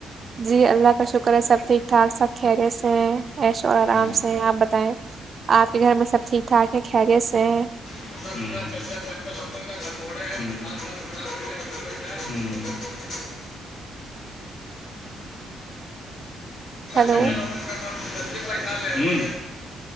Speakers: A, on the right; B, on the left.
A: جی اللہ کا شکر ہے سب ٹھیک ٹھاک سب خیریت سے ہیں عیش ع آرام
B: ہم،
A: سے ہے آپ بتائیں آپ کے گھر میں سب ٹھیک ٹھاک ہے خیریت سے ہیں
B: <unintelligible>
A: ہیلو
B: چلو ہ ہ